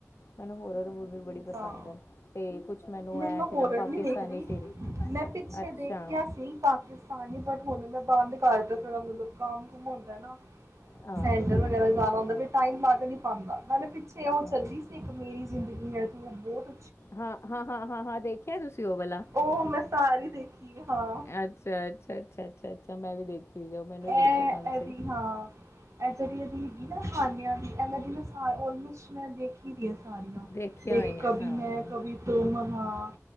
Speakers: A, on the left (about 55°); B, on the right (about 65°).
A: ਮੈਨੂੰ ਹੋਰਰ ਮੂਵੀ ਬੜੀ ਪਸੰਦ
B: ਹਾਂ
A: ਐ ਤੇ ਕੁਛ ਮੈਨੂੰ
B: ਨਹੀਂ
A: ਐ
B: ਮੈਂ
A: ਕੀ
B: ਹੋਰਰ
A: ਨਾਮ ਪਾਕਿਸਤਾਨੀ
B: ਨਹੀਂ ਦੇਖਦੀ
A: ਸੀਰੀਜ,
B: ਮੈਂ ਪਿੱਛੇ
A: ਅੱਛਾ।
B: ਦੇਖਿਆ ਸੀ ਪਾਕਿਸਤਾਨੀ ਬਟ ਹੁਣ ਮੈਂ ਬੰਦ ਕਰ ਦਿੱਤਾ ਮਤਲਬ ਕੰਮ ਕੁਮ ਹੁੰਦਾ ਏ ਨਾ
A: ਹਾਂ,
B: ਸੈਂਟਰ
A: ਠੀਕ
B: ਵਗੈਰਾ
A: ਹੈ,
B: ਵੀ
A: ਠੀਕ
B: ਜਾਨਾ
A: ਹੈ,
B: ਹੁੰਦਾ
A: ਠੀਕ।
B: ਫੇਰ ਟਾਇਮ ਲੱਗ ਨੀ ਆਂਦਾ ਨਾਲੇ ਪਿੱਛੇ ੳਹ
A: ਹਾਂ।
B: ਚੱਲਦੀ ਸੀ ਇੱਕ, ਮੇਰੀ ਜ਼ਿੰਦਗੀ ਹੈ ਤੂੰ, ੳਹ ਬੋਤ
A: ਹਾਂ-ਹਾਂ-ਹਾਂ-ਹਾਂ-ਹਾਂ ਦੇਖੇਆ ਤੁਸੀ ੳਹ ਵਾਲਾ
B: ੳਹ ਮੈਂ ਸਾਰੀ ਦੇਖੀ ਏ, ਹਾਂ-ਹਾਂ।
A: ਅੱਛਾ, ਅੱਛਾ, ਅੱਛਾ, ਅੱਛਾ, ਅੱਛਾ ਮੈਂ ਵੀ ਦੇਖੀ ਹੋਈ ਆ, ਉਹ ਮੈਨੂੰ ਵੀ ਬੜੀ
B: ਇਹ-ਇਹ
A: ਪਸੰਦ ਸੀ।
B: ਵੀ ਹਾਂ। ਏ ਜੇੜੀ ਏਦੀ ਹੈਗੀ ਨਾ ਖਾਣੇਆ ਦੀ, ਏ ਮੈਂ ਏਦੀ ਸਾਰੀ ਆਲਮੋਸਟ ਮੈਂ ਦੇਖੀ ਦੇਖੀ ਦੀਆਂ ਸਾਰੀਆਂ।
A: ਦੇਖੀਆਂ
B: ਇੱਕ
A: ਹੋਈਆਂ
B: ਕਭੀ
A: ਨੇ ਹਾਂ।
B: ਮੈਂ ਕਭੀ ਤੁਮ, ਹਾਂ